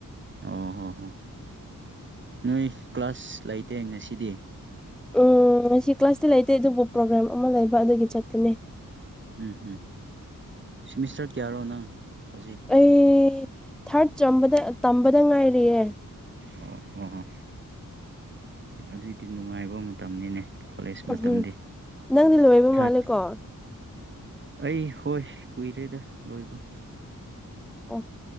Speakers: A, on the right (about 35°); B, in the centre.
A: ꯑꯣ ꯍꯣ ꯍꯣꯏ ꯅꯣꯏ ꯀ꯭ꯂꯥꯁ ꯂꯩꯇꯦ ꯉꯁꯤꯗꯤ
B: ꯎꯝ ꯉꯁꯤ ꯀ꯭ꯂꯥꯁꯇ ꯂꯩꯇꯦ ꯑꯗꯨꯕꯨ ꯄ꯭ꯔꯣꯒ꯭ꯔꯥꯝ ꯑꯃ ꯂꯩꯕ ꯑꯗꯨꯗꯒꯤ ꯆꯠꯀꯅꯤ
A: ꯎꯝ ꯎꯝ ꯁꯤꯃꯤꯁꯇꯔ ꯀꯌꯥꯔꯣ ꯅꯪ ꯍꯧꯖꯤꯛ
B: ꯑꯩ ꯊꯥꯔꯠ ꯆꯗ ꯇꯝꯕꯗ ꯉꯥꯏꯔꯤꯑꯦ
A: ꯑꯣ ꯍꯣꯏ ꯍꯣ ꯑꯗꯨꯏꯗꯤ ꯅꯨꯡꯉꯥꯏꯕ ꯃꯇꯝꯅꯤꯅꯦ ꯀꯣꯂꯦꯖ
B: ꯎꯝ
A: ꯃꯇꯝꯗꯤ
B: ꯅꯪꯗꯤ ꯂꯣꯏꯕ
A: ꯊꯥꯔꯠ
B: ꯃꯥꯜꯂꯦꯀꯣ ꯑꯣ
A: ꯑꯩ ꯍꯣꯏ ꯀꯨꯏꯔꯦꯗ ꯂꯣꯏꯕ
B: ꯑꯣ